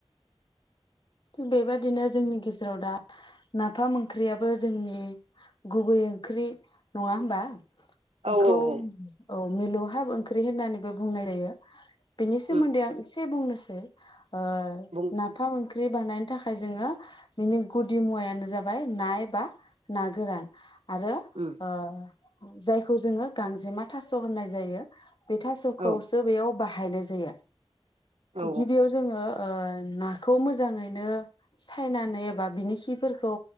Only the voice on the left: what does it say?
थिग बेबायादिनो जोंनि गेजेराव दा नाफाम ओंख्रियाबो जोंनि गुबै ओंख्रि। नङा होमबा बेखौ
औ मिलौहाब ओंख्रि होननानैबो बुंनाय जायो बेनि सोमोन्दै
आं इसे से बुंनोसै ओ
नाफाम ओं ख्रि बानायनो थाखाय जोङो बिनि गुदि मुवायानो जाबाय ना एबा ना गोरान। आरो
ओ जायखौ जोङो गांजेमा थास होननाय जायो बे थासखौसो
बेयाव बा बाहायनाय जायो
गिबियाव जोङो ओ नाखौ खौ मोजाङैनो सायनानै एबा बिनि खिफोरखौ